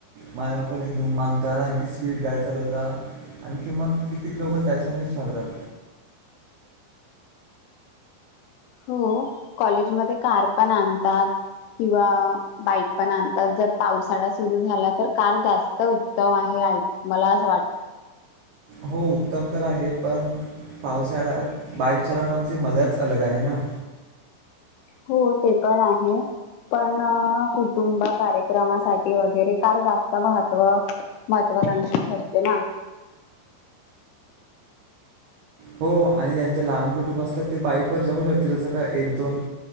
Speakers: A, on the right; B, on the left.
A: मायबापाला घेऊन मागतात आणखी स्वीट गाय चालवता. आणखी मग कितीक लोकं त्याच्यानेच मरतात.
B: हो कॉलेजमध्ये कार पण आणतात किंवा बाईक पण आणतात जर पावसाळा सुरू झाला तर, कार जास्त उत्तम आहे. मला असं वाट
A: हो उत्तम तर आहे, पण पावसाळ्यात बाईक चालावण्याची मजाच अलग आहे ना.
B: हो ते पण आहे. पण अं कुटुंब कार्यक्रमासाठी वगैरे कार जास्त महत्व महत्त्वाकांक्षी ठरते ना.
A: हो आणि त्यांच्या लहान कुटुंब असतात ते, बाईक वर जमू शकतील जसं का एक, दोन